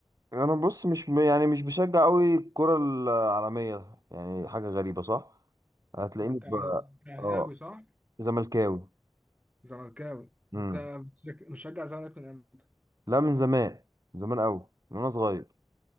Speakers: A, on the right; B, on the right.
A: أنا بص مش ب- يعني مش بشجع أوي الكرة العالمية يعني حاجة غريبة صح هتلاقيني
B: أنت
A: ب-
B: أهل- أنت أهلاوي
A: اه
B: صح؟
A: زملكاوي
B: زملكاوي
A: امم
B: أنت بتشج- مشجع الزمالك من إمتى؟
A: لا من زمان من زمان أوي من وأنا صغير